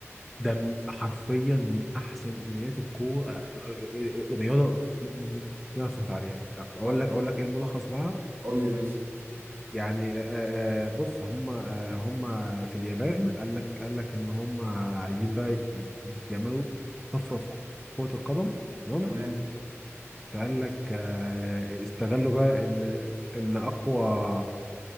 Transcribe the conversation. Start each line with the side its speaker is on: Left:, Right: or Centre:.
Centre: ده م- حرفيا من احسن انميات الكوره آه، آه، آه، رياضه اللي انا اتفرجت عليها اقول
Right: ما-
Centre: لك اقول لك ايه الملخص لها
Right: قول لي ماشي
Centre: يعني آه، آه، آه، بص هم آه، هم في اليابان قال لك قال لك ان هم عايزين بقى يعملوا طفره في في كره القدم تمام
Right: تمام
Centre: فقال لك آه، استغلوا بقى ان ان اقوى آه،